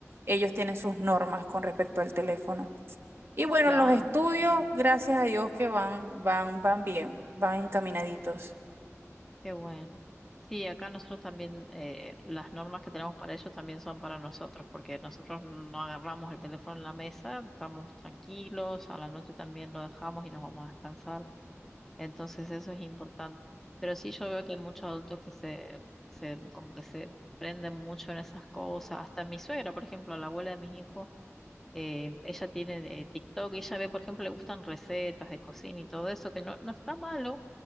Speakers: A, on the right; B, in the centre.
A: ellos tienen sus normas con respecto al teléfono. Y bueno,
B: Claro,
A: los estudios,
B: totalmente.
A: gracias a Dios que van, van, van bien, van encaminaditos.
B: Qué bueno. Sí, acá nosotros también, eh, las normas que tenemos para ellos también son para nosotros, porque nosotros no agarramos el teléfono en la mesa, estamos tranquilos, a la noche también lo dejamos y nos vamos a descansar. Entonces eso es importante. Pero sí yo veo que hay muchos adultos que se, se como que se prenden mucho en esas cosas. Hasta mi suegra, por ejemplo, la abuela de mis hijos eh, ella tiene eh, TikTok y ella ve, por ejemplo, le gustan recetas de cocina y todo eso, que no, no está malo,